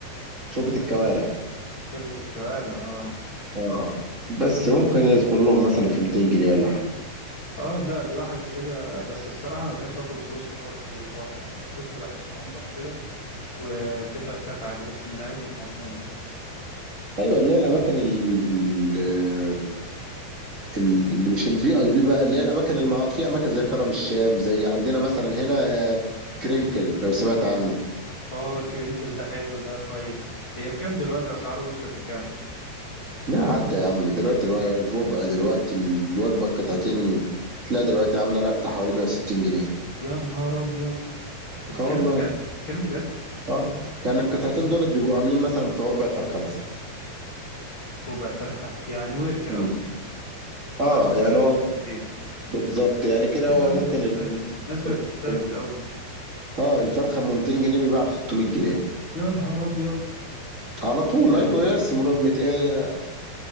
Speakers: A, on the right (about 35°); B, on the left (about 35°).
A: شوربه الكوارع
B: شوربة الكوارع اه
A: اه بس ممكن يدخل لهم مثلا في 200 جنيه ولا حاجه
B: اه لا دي واحدة كده بس الصراحة انا بحب اكل بروست برضه بره البروست بحسه انضف كده وبتبقى فراخ عادي بس من اماكن مضمونة
A: ايوه اللي هي الاماكن ال- ال- ال- ال- اللي مش الفي اي بي بقى اللي هي الاماكن المع... في اماكن زي كرم الشام زي عندنا مثلا هنا آه، كرينكل لو سمعت عنه
B: اه كرينكل ده حلو ده كويس هي بكام دلوقتي اسعاره وصلت لكام
A: لا عدى يا عم دلوقتي الو- الربع دلوقتي الوجبة القطعتين تلاقي دلوقتي عاملة لها بتاع حوالي 160 جنيه
B: يا نهار ابيض انت
A: اه
B: بتتكلم
A: والله
B: بجد بتتكلم بجد
A: اه يعني القطعتين دولت بيبقوا عاملين مثلا بتوع ربع فرخة مثلا
B: ربع فرخه يعني ورك او
A: مم.
B: سي
A: اه
B: واسمه
A: يعني
B: واسمه
A: هو
B: سي
A: بالظبط يعني كده
B: الناس
A: هو
B: عادة
A: ممكن
B: بتستهبل
A: ال... ال...
B: الناس بقت
A: ال...
B: بتستهبل
A: ال-
B: قوي
A: اه الفرخة ب 200 جنيه بيباع ب 600 جنيه
B: يا نهار ابيض
A: على طول ايوه يا سمر 200